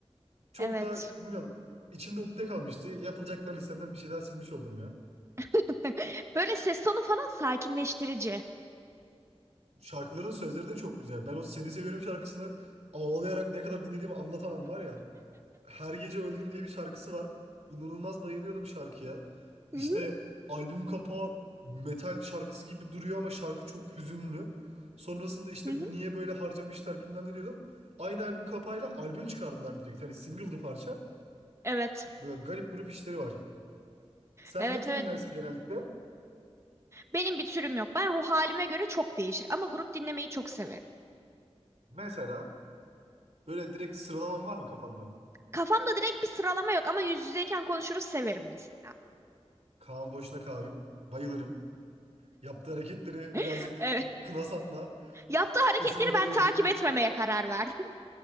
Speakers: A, on the right; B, on the right.
A: Çok
B: Evet.
A: da bilmiyorum. İçimde ukde kalmıştı. Yapılacaklar listemden bir şey daha silmiş oldum ya.
B: <laughs> Böyle ses tonu falan sakinleştirici.
A: Şarkıların sözleri de çok güzel. Ben o Seni Seviyorum şarkısını ağlayarak ne kadar dinlediğimi anlatamam var ya. Her Gece Öldüm diye bir şarkısı var. İnanılmaz bayılıyordum şarkıya.
B: Hı
A: İşte
B: hı,
A: albüm kapağı metal şarkısı gibi duruyor ama şarkı çok hüzünlü. Sonrasında işte
B: hı hı.
A: bu niye böyle harcamışlar bilmem ne diyordum. Aynı albüm kapağıyla albüm çıkardılar direkt. Hani single'dı parça.
B: Evet.
A: Böyle garip grup işleri var. Sen
B: Evet
A: ne tür
B: evet.
A: dinlersin genellikle?
B: Benim bir türüm yok. Ben ruh halime göre çok değişir ama grup dinlemeyi çok severim.
A: Mesela böyle direkt sıralaman var mı kafanda?
B: Kafamda direkt bir sıralama yok ama yüz yüzeyken konuşuruz severim mesela.
A: Kaan Boşuna Kavim. Bayılırım. Yaptığı hareketleri
B: <laughs>
A: birazcık
B: Evet.
A: kınasam da
B: Yaptığı hareketleri
A: sesine bayılırım.
B: ben takip etmemeye karar verdim.